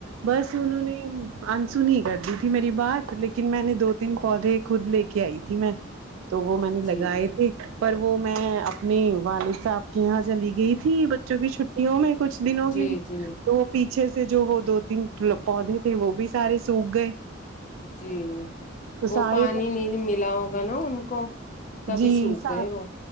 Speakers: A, on the right; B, on the left.
A: بس انہوں نے انسو نہیں کردی تھی میری بات لیکن میں نے دو تین کو دی خود لے کے کے ائی تھی میں تو وہ میں نے
B: جی
A: لگائے تھے پر وہ میں اپنے والد صاحب کے یہاں چلی گئی تھی بچوں کی چھو یو میں کچھ دنوں کے
B: جی
A: لیے
B: جی
A: تو پیچھے سے جو وہ دو تین پودے تھے وہ بھی سارے سوکھ گئے
B: جی
A: تو
B: وہ
A: سارے
B: پانی نہیں ملا ہوگا نا ان کو تبھی
A: جی
B: سوکھ
A: سات
B: گئے وہ